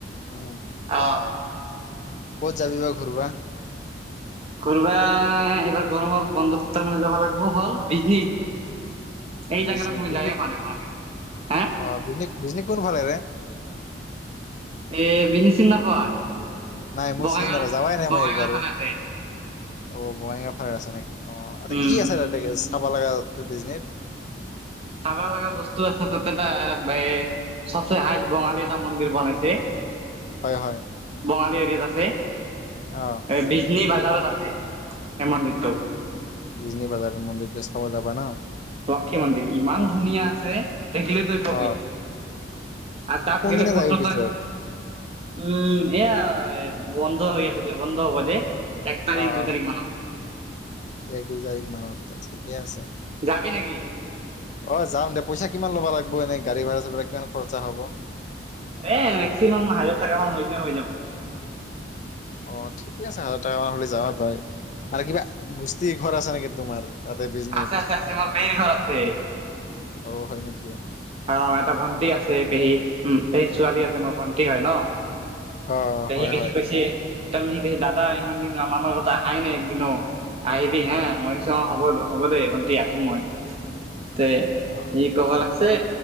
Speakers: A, on the left (about 45°); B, on the right (about 35°).
A: উম
B: অ।
A: ক'ত যাবি বা ঘূৰবা?
B: ঘোৰবা এইবাৰ গৰমৰ বন্ধত তাৰ মানে যাবা লাগিব হল <inaudible> এই
A: বিজনী
B: জাগাৰাত মই
A: বিজনীক
B: যায়ে পোৱা নাই, হা।
A: অ ভিনিক বিজনী কোনফালে যায়?
B: এ বিনি চি নাপোৱা?
A: নাই মই
B: বঙাইগাঁও
A: চিনি নাপা, যাৱাই নাই
B: বঙাইগাঁওৰ
A: মই একবাৰো।
B: ফালে আছে
A: অ বঙাইগাঁও ফাল আছে নেকি, অ
B: উম
A: কি আছে তাতে চাব লগা টো বীজনিত?
B: চাবা লাগা বস্তু আছে তাতে তাৰ এ চবচে হাইষ্ট বঙালী এটা মন্দিৰ বনাইছে।
A: হয় হয়।
B: বঙালী এৰিয়াত আছে।
A: অহ।
B: বিজনী বজাৰত আছে। এই মন্দিৰটো
A: অ বিজনী বাজাৰ মন্দিৰটো চাব যাবা ন?
B: লক্ষী মন্দিৰ ইমান
A: অ
B: আছে দেখিলে তই
A: অ
B: কবি। আৰু তাত
A: কোনদিনা
B: গেলে ফটো
A: যাবি পিছত
B: তই উম এয়া বন্ধ হৈ আছে যে বন্ধ হ'ব যে এক তাৰিখ
A: অ
B: দুই
A: অ
B: তাৰিখ মানত।
A: এক দুই তাৰিখ মানত ঠিকে আছে।
B: জাবি নেকি?
A: অ যাম দে, পইচা কিমান লব লাগব এনে গাড়ী ভাড়া চাড়া কিমান খৰচা হব?
B: এ মেক্সিমাম হাজাৰ টকা মান হৈলে হৈ যাব।
A: অ ঠিকে আছে হাজাৰ টকা মান হলে যাৱা যায়। আৰু কিবা গোষ্ঠীঘৰ আছে নেকি তোমাৰ? তাতে বিজনিত।
B: আছে আছে আছে মোৰ পেহীৰ ঘৰ আছে
A: অ হয় নেকি?
B: অ এটা ভণ্টি আছে পেহী উম পেহী ছোৱালী আছে মোৰ ভণ্টি হয় ন।
A: অ
B: পেহী
A: হয়
B: আহি
A: হয়
B: কৈছে তাৰমানে সি কৈছে দাদা ইমান দিন আমাৰ মাজত আহায়ে নাই একদিনো। আহিবি
A: অ
B: হা, মই কৈছো অ হ'ব হ'ব দে ভণ্টি আহিম মই। তে
A: অ
B: কি ক'ব লাগছে?